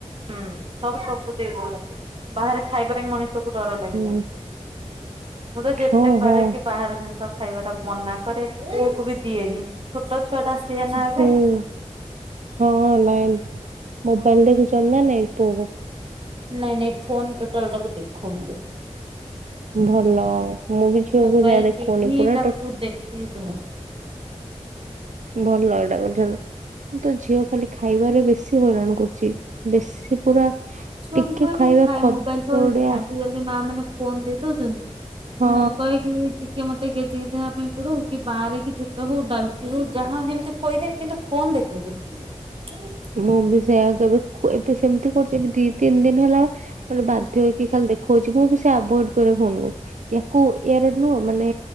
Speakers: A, on the right; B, on the right.
A: ହୁଁ ସବୁ ସବୁ ଦେଇ ଦଉଚନ୍ତି ବାହାରେ ଖାଇବା ପାଇଁ ମଣିଷ ମଣିଷକୁ ଡର ଲାଗିଲାଣି।
B: ହୁଁ
A: ମୋର ଯେତେ
B: ହଁ
A: ପାରେକି
B: ହଁ
A: ବାହାର ଜିନିଷ ଖାଇବାଟା ମନା କରେ ପୁଅକୁବି ଦିଏନି। ଛୋଟ ଛୁଆଟା ସିଏନା ଏବେ
B: ହୁଁ ହଁ ନାଇଁ ମୋବାଇଲ୍ ଦେଖୁଛନ୍ତିନା ନାଇଁ ପୁଅକୁ?
A: ନାଇଁ ନାଇଁ ଫୋନ୍ ଟୋଟାଲି ତାକୁ ଦେଖଉନି ମୁଁ।
B: ଭଲ ମୁଁବି ଝିଅକୁ
A: ମୋବାଇଲ
B: ଯାହା ଦେଖଉନି
A: ଟିଭି
B: ପୁରା
A: ତାକୁ
B: ଟୋ
A: <unintelligible>
B: ଭଲ ଏଇଟା କରିଚନ୍ତି। ମୁଁତ ଝିଅ ଖାଲି ଖାଇବାରେ ବେଶୀ ହଇରାଣ କରୁଚି ବେଶୀ ପୁରା
A: ଛୁଆ
B: ଟିକେ
A: କଣ କଇଲେ
B: ଖାଇବା
A: ଖାଇ
B: ଖଦଡିଆ
A: ମୋବାଇଲ୍ ଫୋବାଇଲ୍ ଆଜିକାଲି ମା ମାନେ ଫୋନ୍ ଦେଇ ଦଉଚନ୍ତି।
B: ହଁ
A: ମୁଁ କହେକି ଟିକେ ମତେ ଗେଜେ ଗେଜେ ହେବା ପାଇଁ ପଡୁ କି ବାଁରେଇକି ଯେତେ ହୋଉ ଡାଲକି ହଉ ଯାହା ହେମତି ଖୋଇଦେବି କିନ୍ତୁ ଫୋନ ଦେଖେଇବିନି।
B: ମୁଁ ବି ସେୟା କେବେ ଏବେ ସେମିତି କରୁଛି ଏବେ ଦି ତିନି ଦିନ ହେଲା ମାନେ ବାଧ୍ୟ
A: ହୁଁ।
B: ହେ କି ଖାଲି ଦେଖଉଛି ମୁଁ ବି ସେ ଆଭଏଡ୍ ରେ ହୁଣୁ ୟାକୁ ୟାର ନୁହଁ ମାନେ